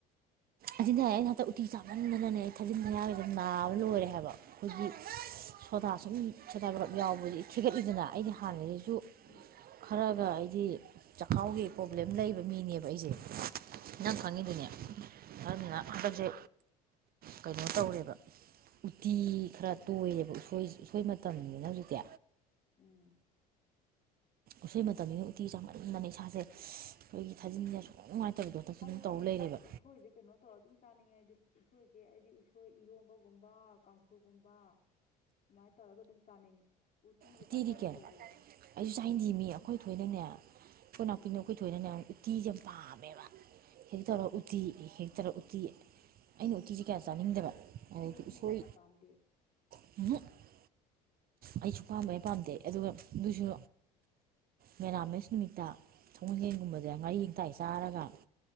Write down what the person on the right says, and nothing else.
ꯑꯁꯤꯟꯊꯣꯏ ꯑꯩꯩ ꯍꯟꯇꯛ ꯎꯇꯤ ꯆꯥꯃꯟꯗꯅꯅꯦ ꯑꯩ ꯊꯥꯖꯤꯟ ꯊꯥꯌꯥꯒꯖꯦ ꯅꯥꯕ ꯂꯣꯏꯔꯦ ꯍꯥꯏꯕ ꯑꯩꯈꯣꯏꯒꯤ ꯁꯣꯗꯥ ꯁꯨꯝ ꯁꯣꯗꯥ ꯚꯥꯏꯒꯞ ꯌꯥꯎꯕꯖꯤ ꯈꯦꯒꯠꯂꯤꯗꯅ ꯑꯩꯗꯤ ꯍꯥꯟꯅꯗꯩꯁꯨ ꯁꯨ
ꯈꯔꯒ ꯑꯩꯗꯤ ꯆꯈꯥꯎꯒꯤ ꯄ꯭ꯔꯣꯕ꯭ꯂꯦꯝ ꯂꯩꯕ ꯃꯤꯅꯦꯕ ꯑꯩꯁꯦ
ꯅꯪ ꯈꯪꯉꯤꯗꯨꯅꯤ ꯑꯗꯨꯅ
ꯍꯟꯗꯛꯁꯦ ꯀꯩꯅꯣ ꯇꯧꯔꯦꯕ ꯎꯇꯤ ꯈꯔ ꯇꯣꯏꯔꯦꯕ ꯎꯁꯣꯏ ꯃꯇꯝꯅꯤꯅ ꯍꯧꯖꯤꯛꯇꯤ
ꯎꯁꯣꯏ ꯃꯇꯝꯅꯤꯅ ꯎꯇꯤ ꯆꯥꯃꯟꯗꯅ ꯏꯁꯥꯁꯦ ꯑꯩꯈꯣꯏꯒꯤ ꯊꯥꯖꯤꯟꯒ ꯁꯣꯛ ꯅꯨꯡꯉꯥꯏꯇꯕꯤꯗꯣ ꯍꯗꯛꯁꯨ
ꯑꯗꯨꯝ ꯇꯧ ꯂꯩꯔꯦꯕ
ꯎꯇꯤꯗꯤ
ꯀꯦ
ꯑꯩꯁꯨ ꯆꯥꯅꯤꯡꯗꯦꯃꯤ
ꯑꯩꯈꯣꯏ ꯊꯣꯏꯅꯅꯦ ꯑꯩꯈꯣꯏ
ꯅꯥꯎꯄꯤꯗꯨ ꯑꯩꯈꯣꯏ ꯊꯣꯏꯅꯅꯦ ꯎꯇꯤꯁꯦ ꯌꯥꯝ ꯄꯥꯝꯃꯦꯕ ꯍꯦꯛ
ꯇꯧꯔ ꯎꯇꯤ ꯍꯦꯛ ꯇꯧꯔ ꯎꯇꯤ ꯑꯩꯅ
ꯎꯇꯤꯖꯦ ꯀꯌꯥ ꯆꯥꯅꯤꯡꯗꯕ ꯑꯗꯩꯗꯤ
ꯎꯁꯣꯏ
<unintelligible> ꯑꯩ ꯁꯨꯡ ꯄꯥꯝ ꯍꯦꯛ ꯄꯥꯝꯗꯦ ꯑꯗꯨꯒ ꯑꯗꯨꯁꯨ ꯃꯦꯔꯥꯃꯦꯁ ꯅꯨꯃꯤꯠꯇ ꯁꯒꯣꯡꯖꯦꯟꯒꯨꯝꯕꯗ ꯉꯥꯔꯤ ꯉꯇꯥꯏ ꯆꯥꯔꯒ